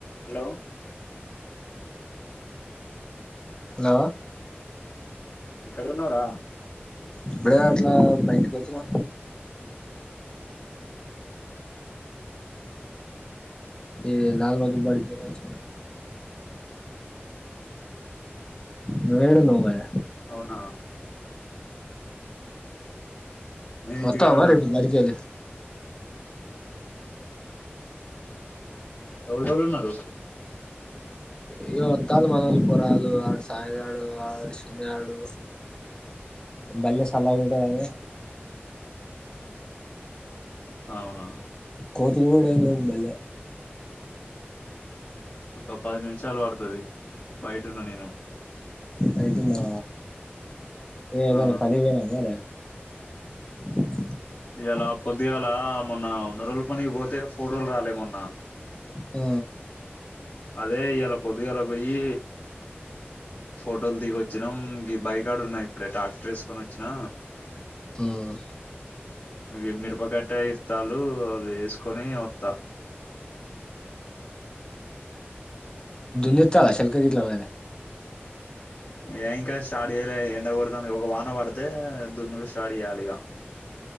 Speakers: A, on the left (about 55°); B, on the left (about 20°).
A: Hello
B: hello
A: అక్కడనూరా
B: ఇప్పుడే అట్లా బయటికి వచ్చినా ఏ ల్ రోజ బడిగచ్చ ను ఏడు నవార
A: అవునా నేను ఇంటికాడున్నా
B: వత్త అ మ రెడ్ మడికాల
A: ఎవ లే వ ఉన్నారు
B: ఇగావత్తాలు మనలు పొరాళ్ళలు ఆడ సాయిగాడు ఆడ చిన్నగాడు బల్లేస్ అలా ఉంటాదని
A: అవును
B: కోతులు కూడాడ ఏ బల్ల
A: ఒక పది చాల పడుతుది బయటన్న నేను
B: ఆయితున్నా ఏ ఇదొ
A: ఆ
B: పనికి పోయినా అ ఇయ్యల ఓక
A: ఎలాపో పొడుగల మొన్న వంద రలు మనకి పోతే ఫోటోలు రాలేమన్నా
B: ఆ
A: అదే ఇవాలా పొద్దుగా అలా పోయి ఫోటోలు దిగిొచ్చినాం బైకాడు ఉన్నా ఇప్పుడే ట్రాక్టర్ వేసుకొని వచ్చినా
B: ఆ
A: అగే మీరుపాకా బట్ట ఇతాలు అవి వేసుకొని వస్తా
B: ద చలా శల్కాలా ఉ
A: ఏ ఇంకా స్టార్ట్ చేయలే ఎండ కూర్త ఒక వాన పడితే దున్న స్టార్ట్ చేయాలి ఇక